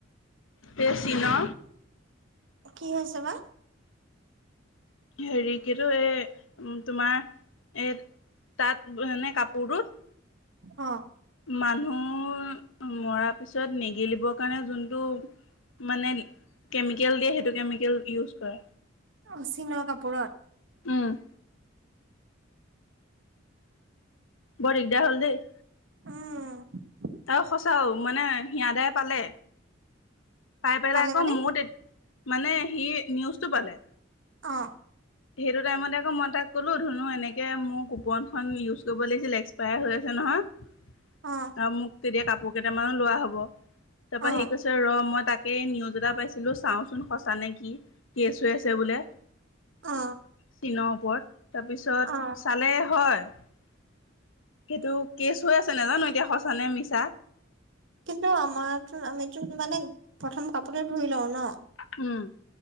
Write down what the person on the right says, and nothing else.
কি হৈছে বা
অ
অচি নোৱা কাপোৰত
উম
পালে
মানে
অ
অ
অ
অ
অ
কিন্তু আমাৰ আমিোন মানে প্ৰথম কাপোৰতে ধুই লওঁ ন